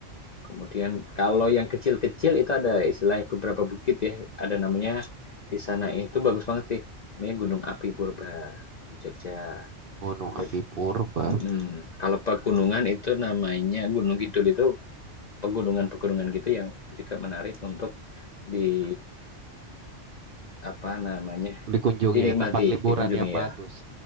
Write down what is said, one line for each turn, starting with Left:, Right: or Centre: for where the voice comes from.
Left: Kemudian kalau yang kecil-kecil itu ada istilah beberapa bukit ya, ada namanya di sana itu bagus banget sih. Namanya Gunung Api Purba di Jogja.
Right: Gunung
Left: Ada
Right: Api Purba
Left: Mhm. Kalau pegunungan itu namanya Gunung Kidul itu pegunungan-pegunungan gitu yang juga menarik untuk di apa namanya
Right: dikunjungi
Left: dinikmati,
Right: ya, tempat liburan
Left: dikunjungi
Right: yang bagus.
Left: ya.